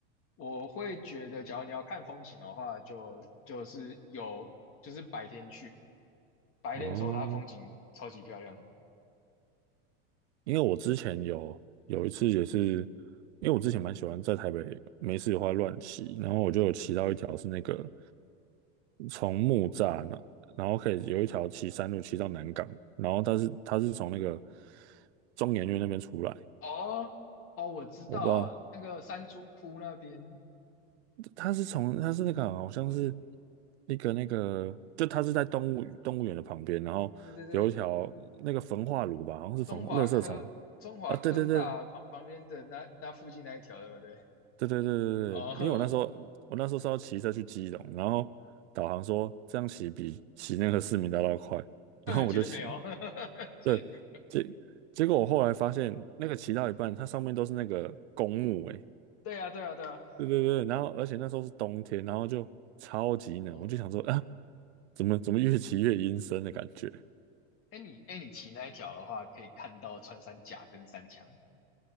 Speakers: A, on the left (about 40°); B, on the right (about 90°).
A: 我会觉得，假如你要看风景的话，就就是有就是白天去，白天的时候它风景超级漂亮。
B: 哦，因为我之前有有一次也是，因为我之前蛮喜欢在台北没事的话乱骑，然后我就有骑到一条是那个从木栅那，然后可以有一条骑山路骑到南港，然后但是它是从那个中研院那边出来，
A: 哦哦，我知道那个山猪窟那边，
B: 我不知道他是从他是那个好像是
A: 我
B: 一个那个，就他是在动物动物园的旁边，然后有一条那个焚化炉吧，
A: 对对对，
B: 好像是焚垃圾场
A: 中华科中华科大旁旁边的那那附近那一条，
B: 啊，对对对
A: 对不对？
B: 对对对对对，
A: 哦，
B: 因为我那时候我那时候是要骑车去基隆，然后导航说这样骑比骑那个市民大道快，然后我就骑，
A: <laughs> 绝对没有，<laughs> 谢谢。
B: 对，结结果我后来发现那个骑到一半，它上面都是那个公墓、欸，
A: 对啊，对啊，对啊。
B: 对对对，然后而且那时候是冬天，然后就超级冷，
A: 哦，
B: 我就想说啊，怎么怎么越骑越阴森的感觉？
A: 哎，你哎，你骑那一条的话，可以看到穿山甲跟山羌。